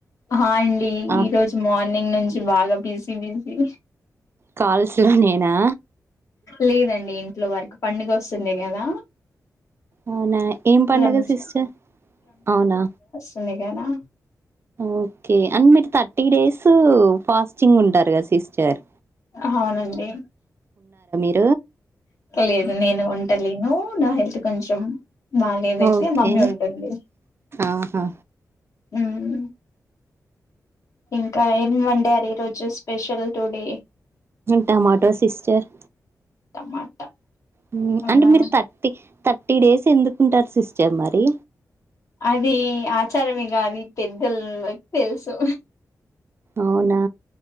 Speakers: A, on the left (about 55°); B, on the right (about 40°).
A: హ అండి
B: ఆ
A: ఈరోజు మార్ న్నింగ్ నుంచి బాగా బిజీబిజీ
B: కాల్స్ లో నేనా
A: లేదండి ఇంట్లో వరకు పండుగ వస్తుంది కదా
B: అవునా ఏం పండుగ
A: రంజాన్
B: సిస్టర్ అవునా
A: <unintelligible> గానా
B: ఓకే అండ్ మీరు థర్టీ డేసు ఫాస్టింగ్ ఉంటారు గా సిస్టర్
A: అవునండి
B: హ్మ్
A: లేదు నేను ఉంటలేను నా హెల్త్ కొంచెం బాలేదైతే
B: ఓకే
A: మమ్మీ ఉంటుంది.
B: ఆహా
A: హ్మ్ ఇంకా ఏం వండారు ఈరోజు special today
B: tomato sister
A: tomato
B: హ్మ్
A: అవునా
B: అంటే మీరు తర్టీ తత్ థర్టీ డేస్ ఎందుకుంటారు సిస్టర్ మరి
A: అది ఆచారమే కాది పెద్దలకి తెలుసు
B: అవునా